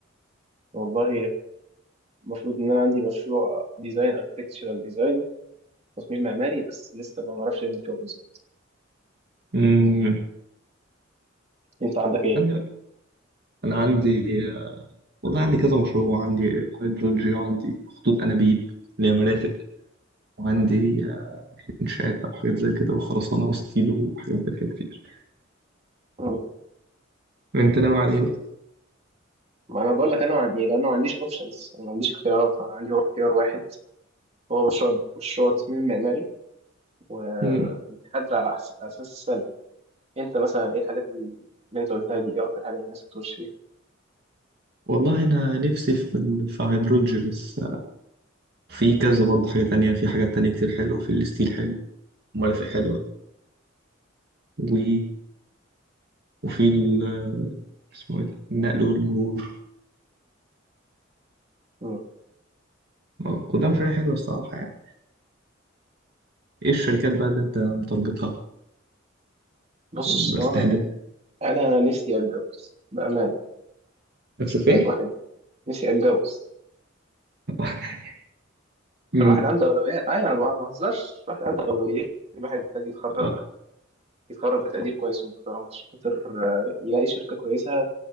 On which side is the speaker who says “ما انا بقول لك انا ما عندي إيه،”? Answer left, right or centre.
Right